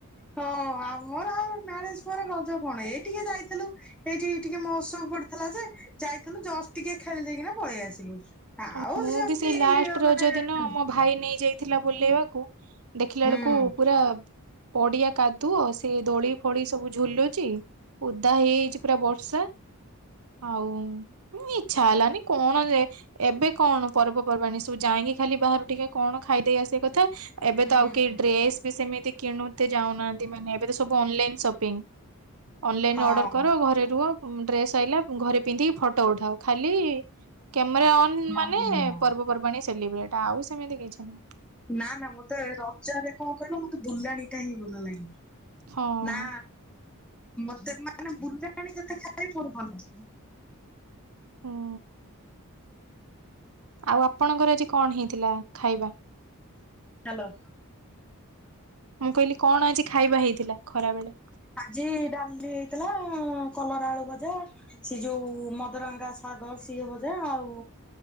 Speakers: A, in the centre; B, on the right.
A: ହଁ ଆମର ଆଉ ମ୍ୟାରେଜ ପରେ ରଜ କଣ ଏଇ ଟିକେ ଯାଇଥିଲୁ ଏଇଠି ଟିକେ ମହୋତ୍ସବ ସବୁ ପଡିଥିଲା ଯେ ଯାଇଥିଲୁ ଜଷ୍ଟ ଟିକେ ଖେଳି ଦେଇକିନା ପଳେଇ ଆସିଲୁ। ଆଉ
B: ହଁ, ମୁଁ
A: ସେମତି
B: ବି ସେଇ ଲାଷ୍ଟ
A: ଇଏ
B: ରଜ
A: ମାନେ।
B: ଦିନ ମୋ ଭାଇ ନେଇ ଯାଇଥିଲା ବୁଲେଇବାକୁ ଦେଖିଲା
A: ହୁଁ
B: ବେଳକୁ ପୁରା, ପଡିଆ କାଦୁଅ ସେ ଦୋଳି ଫୋଳି ସବୁ ଝୁଲୁଚ଼ି। ଓଦା ହେଇଯାଇଛି ପୁରା ବର୍ଷା, ଆଉ ଇଛା ହେଲାନି କଣ ଯେ, ଏବେ କଣ ପର୍ବପର୍ବାଣୀ ସବୁ ଯାଇକି ଖାଲି ବାହାରୁ ଟିକେ କଣ ଖାଇଦେଇ ଆସିବା କଥା, ଏବେ
A: ହୁଁ
B: ତ ଆଉ କେହି ଡ୍ରେସ ବି ସେମିତି କିଣୁତେ ଯାଉନାହାନ୍ତି ମାନେ ଏବେ ତ ସବୁ ଅନଲାଇନ ସପିଙ୍ଗ, ଅନଲାଇନ
A: ହଁ
B: ଅର୍ଡର କର ଘରେ ରୁହ। ଡ୍ରେସ ଆଇଲା ଘରେ ପିନ୍ଧିକି ଫଟୋ ଉଠାଅ ଖାଲି କ୍ୟାମେରା ଅନ
A: ହଁ।
B: ମାନେ ପର୍ବପର୍ବାଣୀ ସେଲିବ୍ରେଟ ଆଉ ସେମିତି କିଛି ନାଇଁ
A: ନା ନା ମତେ ରଜରେ କଣ କହିଲ ମତେ ବୁଲାଣି ଟା ହିଁ ଭଲ ଲାଗେ।
B: ହଁ
A: ନା ମତେ ମାନେ ବୁଲାଣି- ଯେତେ ଖାଇ ମୋର ଭଲ।
B: ହଁ। ଆଉ ଆପଣଙ୍କର ଆଜି କଣ ହେଇଥିଲା ଖାଇବା।
A: ହ୍ୟାଲୋ।
B: ମୁଁ କହିଲି କଣ ଆଜି ଖାଇବା ହେଇଥିଲା ଖରା ବେଳେ?
A: ଆଜି ଡାଲି ହେଇଥିଲା କଲରା ଆଳୁ ଭଜା ସେ ଯୋଉ ମଦରଙ୍ଗା ଶାଗ ସିଏ ଭଜା ଆଉ